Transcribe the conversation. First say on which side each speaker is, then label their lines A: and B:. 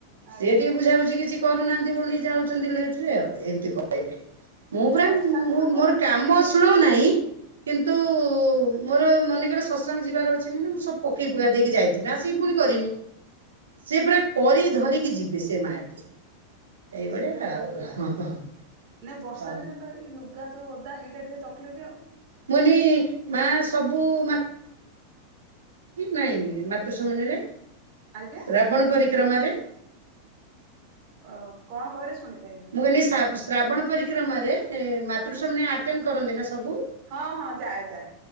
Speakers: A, on the right; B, on the right.
A: ଆଜ୍ଞା
B: ସିଏ ଟିକେ ବୁଝାବୁଝି କିଛି କରୁନାହାନ୍ତି ବୋଲି ଯାଉଛନ୍ତି ଲେଟରେ ଆଉ ଏମିତି କହିବେ। ମୁଁ ପୁରା
A: ବର୍ଷା ଦିନକୁ
B: ମୁଁ ମୋର କାମ
A: ଏ ଯୋଉ
B: ସ୍ଲୋ ନାହିଁ। କିନ୍ତୁ ମୋର ମନେକର ସତ୍ସଙ୍ଗ ଯିବାର ଅଛି ମାନେ ମୁଁ ସବୁ ପକେଇ ପକା ଦେଇକି ଯାଇ ଆସିକି ପୁଣି କରିମି ସେ ପୁରା କରି
A: ହଁ
B: ଧରିକି ଯିବେ ସେ ମାଟି। ଏଇଭଳିଆ
A: ସେ ଡେରି ହୁଏ ଆଉ।
B: ହଁ ହଁ
A: ନାଇଁ ବର୍ଷା
B: ହଁ
A: ଦିନେ ତ ଏଇ ଲୁଗା ଯୋଉ ଓଦା ହେଇଟା ଟିକେ ତକଲିଫ ଆଉ।
B: ମୁଁ ନି ମା ସବୁ ମା ନାଇଁ ମାତୃଶମିନିରେ
A: ଆଜ୍ଞା
B: ରାବଣ ପରିକ୍ରମାରେ।
A: ଅ କଣ କହିଲେ ଶୁଣିପାଇଲିନି।
B: କଇଲି ଶା ଶ୍ରାବଣ ପରିକ୍ରମାରେ ମାତୃଶମିଳି
A: ହଁ
B: ଆଟେଣ୍ଡ କରନ୍ତି ନା ସବୁ।
A: ହଁ ହଁ ଯାଏ ଯାଏ